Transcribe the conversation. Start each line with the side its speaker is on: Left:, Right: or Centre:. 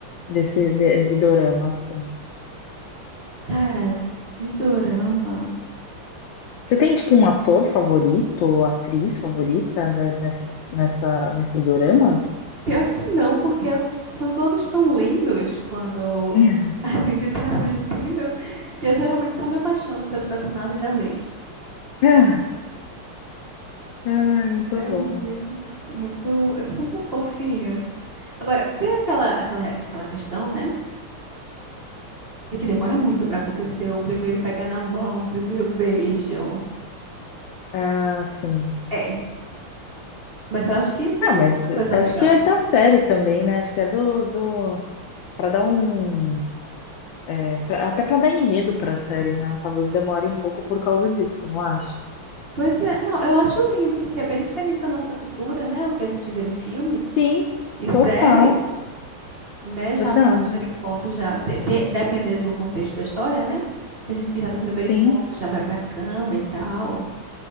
Left: desse de, de dorama, assim.
Right: Cara, de dorama.
Left: Você tem tipo um ator favorito ou atriz favorita né, nessas, nessa, nesses doramas?
Right: Pior que não, porque eu- são todos tão lindos quando
Left: <laughs>
Right: a <laughs> gente tá assistindo que eu geralmente só me apaixono pelo personagem da vez.
Left: Ah, muito
Right: É muito,
Left: bom.
Right: muito. Eles são tão fofinhos. Agora, tem aquela, aquela, aquela questão, né? que demora muito pra acontecer o primeiro pegar na mão, o primeiro beijo.
Left: Ah, sim.
Right: É, mas eu acho que isso
Left: Ah,
Right: aqui
Left: mas
Right: tem uma coisa
Left: acho
Right: legal.
Left: que é da série também, né? Acho que é do, do... para dar um é, pra- até para dar enredo para a série, né? Talvez demore um pouco por causa disso, não acha?
Right: Pois é, não, eu acho lindo, porque é bem diferente da nossa cultura, né? O que a gente vê de filmes
Left: Sim,
Right: e
Left: total,
Right: séries, né? Já
Left: verdade.
Right: no primeiro encontro, já, te- te- dependendo do contexto da história, né? Tem gente que já no primeiro
Left: Sim,
Right: encontro já vai pra cama e tal.